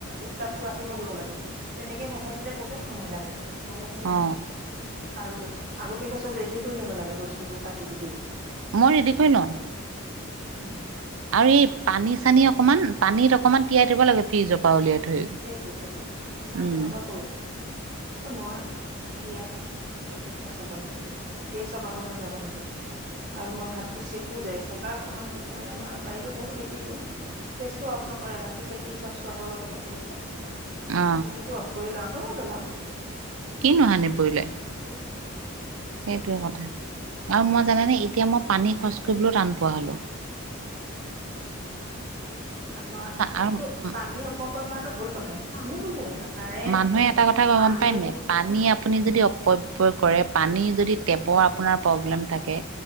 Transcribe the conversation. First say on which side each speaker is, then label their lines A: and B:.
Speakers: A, on the right; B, on the right.
A: উত্তাপটো আহিব দিব লাগে তেনেকে বঢ়াই দিলে বহুত সময় লাগে গম পাইছে নে
B: অ
A: নাই, আৰু আগতীয়াকৈ চব ৰেডি কৰি ল'ব লাগে বস্তুবোৰ কাটি কুটি
B: মই ৰেদি কৰি লওঁ
A: উম! <unintelligible>
B: আৰু এই পানী-চানী অকনমান, পানীত অকনমান তিয়াই থব লাগে ফ্ৰিজৰ উলিয়াই। থৈ
A: সেইটো-সেইটো মই
B: উম
A: তেনেকুৱা কৰো। এ মই বিৰাত এইটোত সচেতন কিন্তু এ স্বভাৱত মই যাব নিদিওঁ। আৰু মই ভাতটো চেকো যে চেকাৰ সময়ত কিছুমানে আমাৰ বাইদেউ ঘৰতো দেখিছো। গেছ টো অফ নকৰে ভাতটো চেকি চচটো আকৌ এবাৰ বঢ়াই দিব। মই
B: অ
A: কিন্তু অফ কৰি ল‌ওঁ আকৌ এবাৰ জ্বলাম।
B: কিনো হানি পৰিলে।
A: উ <unintelligible>
B: সেইটোৱেই কথা। আৰু মই জানে নে? এতিয়া মই পানী খৰচ কৰিবলৈ টান পোৱা হলোঁ।
A: আমাৰ এইটোতো
B: আৰু
A: পানী অপপয় কৰাটো ভুল কথাই। পানী বুলিয়ে নহয় কাৰেণ্ট
B: মানুহে এটা কথা
A: পানী
B: গম পায় নাই পানী
A: অ
B: আপুনি যদি অপ অপপয় কৰে পানী যদি টেপৰ আপোনাৰ প্ৰব্লেম থাকে